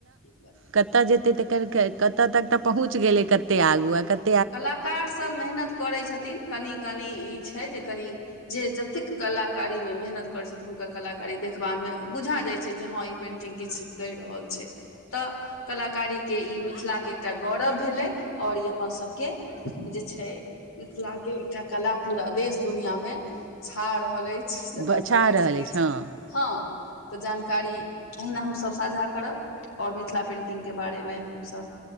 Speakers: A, on the left (about 90°); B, on the right (about 65°).
A: क कर
B: कतऽ जेतै त कतऽ तक तऽ पहुँच गेलै कतय आगू आ कत
A: कलाकारसभ मेहनत करैत छथिन कनि कनि ई छै जे कनि जे जतेक कलाकारी मे मेहनत करैत छथि हुनका कलाकारी देखबा मे बुझा जाइत छैय हँ ई पेन्टिंग किछु कहि रहल छै तऽ कलाकारी के ई मिथिला के एकटा गौरब भेलै आओर ई अपन सब के जे छै मिथिलाके एकटा कला पूरा देश दुनिआँमे छा रहल अछि जे
B: बचा
A: अपनासभ कहि
B: रहल
A: सकै
B: अछि
A: छि
B: हँ
A: जानकारी एहिना हमसभ साझा करब आओर मिथिला पेन्टिंगके बारेमे हमसभ